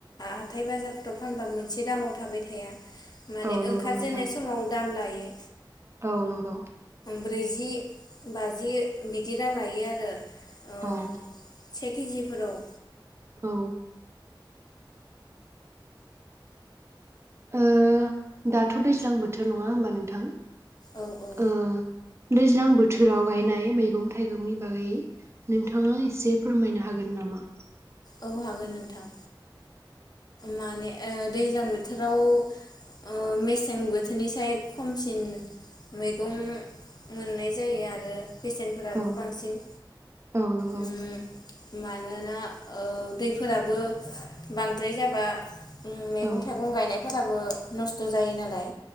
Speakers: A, on the left; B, on the right.
A: हाथाय बाजारफ्राव फानबाबो मोनसे दामाव थाबाय थाया - माने
B: औ नंगौ
A: ओंखारजेननाय
B: नोंथां
A: समाव दाम लायो
B: औ नंगौ।
A: ब्रैजि बाजि बिदि रां लायो आरो ओ
B: औ
A: से केजिफोराव
B: औ ओ दाथ' दैज्लां बोथोर नङा होमबा नोंथां?
A: औ औ
B: ओ दैज्लां बोथोराव गायनाय मैगं थाइगंनि बागै नोंथाङा एसे फोरमायनो हागोन नामा?
A: औ हागोन नोंथां माने ओ दैज्लां बोथोराव ओ मेसें बोथोरनिसाय खमसिन मैगं मोननाय जायो आरो बेसेनफोराबो
B: औ
A: बांसिन
B: औ नंगौ
A: उम मानो ओ दैफोराबो बांद्राय जाबा उम मैगं
B: औ
A: थाइगं गायनाय फोराबो नस्थ जायो नालाय